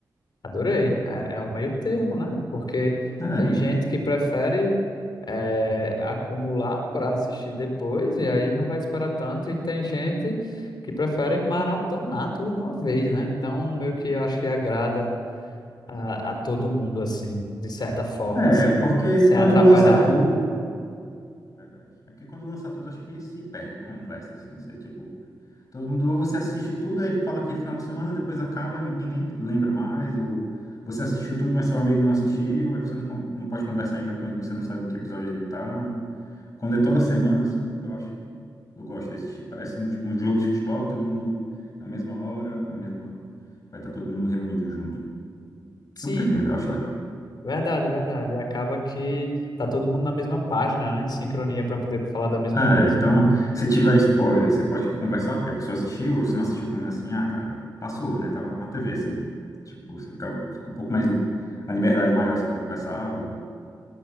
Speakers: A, on the left; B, on the left.
A: adorei. É, é um meio termo, né? Porque
B: É,
A: tem gente que prefere eh, acumular para assistir depois e aí não vai esperar tanto, e tem gente que prefere maratonar tudo de uma vez, né? Então, meio que eu acho que agrada a, a todo mundo, assim, de certa forma,
B: é
A: sem,
B: porque
A: sem
B: quando
A: atrapalhar.
B: lança tudo Verdade. É porque quando lança tudo, acho que se perde a conversa, assim. Você, tipo, todo mundo, ou você assiste tudo aí fala aquele final de semana, depois acaba, ninguém nem lembra mais, ou você assistiu tudo, mas seu amigo não assistiu, aí você não, con- não pode conversar ainda com ele, porque você não sabe em que episódio ele tá. Quando é toda semana, assim, eu, eu acho, eu gosto desse tipo. Parece um, tipo, um jogo de futebol que todo mundo, na mesma hora, na mesma. Vai estar todo mundo reunido junto.
A: Sim,
B: Eu prefiro, eu acho legal.
A: verdade, verdade. Acaba que tá todo mundo na mesma página, né? Em sincronia para poder falar da mesma
B: É,
A: coisa.
B: então, se tiver spoiler, você pode conversar, porque a pessoa assistiu, ou se não assistiu, pelo menos assim, ah, cara, passou, né? Tava na TV, assim. Tipo, você fica, fica um pouco mais. li- A liberdade maior, assim, pra conversar, ou.